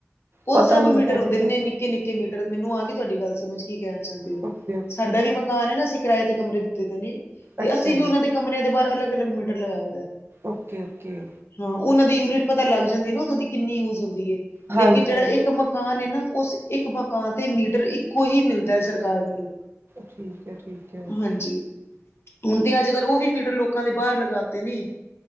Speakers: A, on the left; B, on the right.
A: ਓ
B: ਪਤਾ
A: ਸਭ
B: ਨੀ
A: ਮੀਟਰ
B: ਜੀ ਸਾਡੇ
A: ਹੁੰਦੇ
B: ਤਾਂ
A: ਨੇ ਨਿੱਕੇ-ਨਿੱਕੇ ਮੀਟਰ, ਮੈਨੂੰ ਆ ਗੀ ਤੁਹਾਡੀ ਗੱਲ ਸਮਝ ਕੀ ਕਹਨਾਂ ਚਾਂਦੇ ਓ।
B: ਓਕੇ ਓਕੇ
A: ਸਾਡਾ ਵੀ ਮਕਾਨ ਏ ਨਾ, ਅਸੀਂ ਕਿਰਾਏ ਤੇ ਕਮਰੇ ਦਿੱਤੇ ਦੇ ਨੇ ਤੇ
B: ਅੱਛਾ
A: ਅਸੀਂ
B: ਜੀ
A: ਵੀ ਓਨਾਂ ਦੇ ਕਮਰਿਆਂ ਦੇ ਬਾਰ ਅਲੱਗ-ਅਲੱਗ ਮੀਟਰ ਲਗਾਇਆ ਦਾ ਐ।
B: ਓਕੇ-ਓਕੇ।
A: ਹਾਂ ਉਹਨਾਂ ਦੀ ਯੂਨਿਟ ਪਤਾ ਲੱਗ ਜਾਂਦੀ ਨਾ ਓਥੋਂ ਦੀ ਕਿੰਨੀ ਯੂਜ ਹੁੰਦੀ ਏ।
B: ਹਾਂਜੀ
A: ਲੇਕਿਨ ਜੇੜਾ
B: ਹਾਂਜੀ
A: ਇੱਕ ਮਕਾਨ ਏ ਨਾ ਉਸ ਇੱਕ ਮਕਾਨ ਤੇ ਮੀਟਰ ਇੱਕੋ ਹੀ ਮਿਲਦਾ ਐ ਸਰਕਾਰ ਵੱਲੋਂ।
B: ਠੀਕ ਐ ਠੀਕ ਹੈ
A: ਹਾਂਜੀ ਹੁਣ ਤੇ ਅੱਜ ਕੱਲ ਉਹ ਵੀ ਮੀਟਰਰ ਲੋਕਾਂ ਦੇ ਬਾਹਰ ਲਗਾਤੇ ਨੀ।